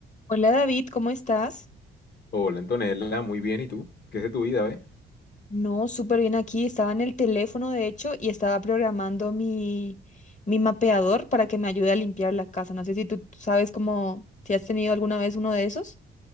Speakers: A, on the left (about 35°); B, on the left (about 55°).
A: Hola David, ¿cómo estás?
B: Hola Antonella, muy bien, ¿y tú? ¿Qué es de tu vida, ve?
A: No, súper bien aquí. Estaba en el teléfono, de hecho, y estaba programando mi, mi mapeador para que me ayude a limpiar la casa. No sé si tú sabes cómo, si has tenido alguna vez uno de esos.